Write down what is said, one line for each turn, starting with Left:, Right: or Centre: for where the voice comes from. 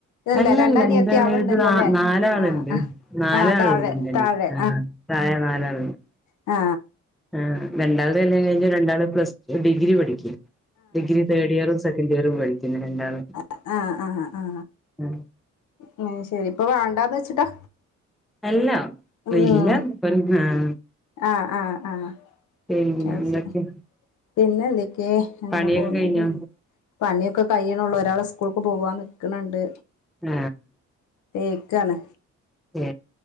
Left: അല്ല
Centre: അല്ലല്ല
Left: രണ്ടനിയത്തിയാളുണ്ടല്ലോ
Centre: ന്റെ എളേത് ന
Left: ല്ലേ
Centre: നാലാളുണ്ട്
Left: ആഹ് ആഹ്
Centre: നാലാളുണ്ട്
Left: ആഹ് താഴെ
Centre: എന്റെണ
Left: താഴെ
Centre: ആ പ്രായ നാലാളണ്ട്
Left: ആ
Centre: ആ രണ്ടാമത് കല്യാണം കഴിഞ്ഞ രണ്ടാള് പ്ലസ് ഡിഗ്രി പഠിക്കും ഡിഗ്രീ തേർഡ് ഇയറും സെക്കൻ ഇയറും രണ്ടാളും
Left: ആ ആ ആ ആ
Centre: ഉം
Left: അഹ് ശരി ഇപ്പ വേണ്ടാന്ന് വെച്ചിട്ടാ
Centre: അല്ല
Left: ഉം
Centre: വല്ലപ്പ <unintelligible>
Left: ആഹ് ആഹ് ആഹ്
Centre: പിന്നെ
Left: അയ്
Centre: എന്തൊക്കെ
Left: ശരി പിന്നെ ക്കെ അങ്ങനെ
Centre: പണിയൊക്കെ
Left: പോകുന്നു
Centre: കഴിഞ്ഞോ
Left: പണിയൊക്കെ കഴിയണുള്ള ഒരാൾ സ്കൂ സ്ക്കൂൾക്ക് പോകാൻ നിക്കണ്ണ്ട്
Centre: ആ
Left: തേക്കാണ്
Centre: മ്